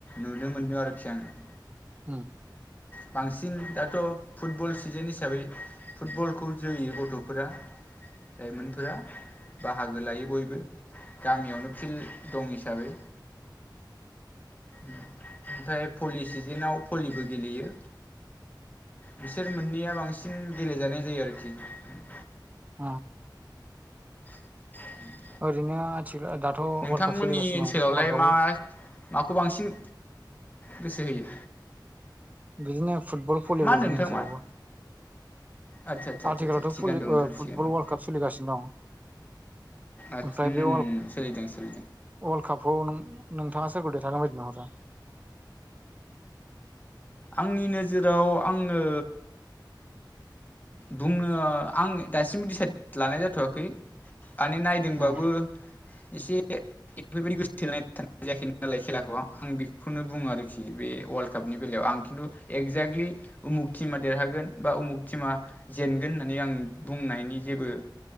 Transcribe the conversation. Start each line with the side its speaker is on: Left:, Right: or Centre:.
Left: नुनो मोनदों आरोखि आङो।
Right: उम।
Left: बांसिन दाथ' फुटबल सिजोन हिसाबै फुटबलखौ जोयो गथ'फोरा। लाइमोनफोरा बाहागो लायो बयबो। गामियावनो फिल्ड दं हिसाबै। ओमफाय पलि सिजोनाव पलिबो गेलेयो। बिसोर मोननैया बांसिन गेलेजानाय जायो आरोखि उम।
Right: उम।
Left: <unintelligible>
Right: ओरैनो आथि दाथ' वर्ल्ड
Left: नोंथांमोननि
Right: काप सोलिगासिनं
Left: ओनसोलावलाय
Right: वार्ल्ड कापआव।
Left: मा माखौ बांसिन गोसो होयो।
Right: बिदिनो फुटबल फलिबो
Left: मा होनदों
Right: जोंनि
Left: नोंथां
Right: ओनसोलावबो।
Left: मा आदसा आदसा
Right: आथिखालावथ'
Left: आदसा आदसा थिगानो
Right: भलि
Left: दं नोंथां
Right: ओ फुटबल
Left: थिगानो दं।
Right: वर्ल्ड काप सोलिगासिनो दं।
Left: आत्स
Right: ओमफ्राय
Left: उम
Right: बे
Left: सोलिदों सोलिदों।
Right: वर्ल्ड कापाव नों नोंथाङा सोरखौ देरहागोन बायदि नुहरो?
Left: आंनि नोजोराव आङो बुंनो आं दासिमबो डिसाइद लानाय जाथ'वाखै माने नाय दोंबाबो
Right: उम
Left: एसे बेफोरबायदि <unintelligible> जायाखैमोन नालाय खेलाखौ आं बेखौनो बुङो आरोखि बे वर्ल्ड कापनि बेलायाव आं खिन्थु एगजेक्टलि उमुक टिमा देरहागोन बा उमुक टिमा जेनगोन होननानै आं बुंनायनि जेबो